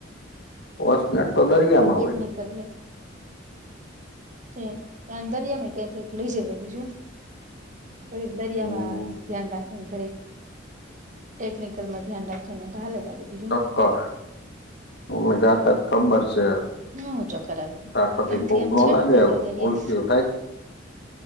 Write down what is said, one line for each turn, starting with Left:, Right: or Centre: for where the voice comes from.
Left: વસ્ટ્લેટ તો દરિયામાં હોય?
Right: એક નહી કરી ત દરિયા કઈ કઈક લઈ જ બીજું. ઘડીક દરિયામાં
Left: હમ
Right: ધ્યાન રાખે ઘડીક ટેકનિકલમાં ધ્યાન રાખીને હાલે કાઢું બીજું.
Left: કર હમે જાતા ખબર છે. આ
Right: હું ચક્કર આવે
Left: આખથી
Right: તમથી
Left: ભૂખ
Right: આમ
Left: ન
Right: છેટુંથી
Left: લાગે એ
Right: જાવ દરિયામાં
Left: ઉલટ થાય.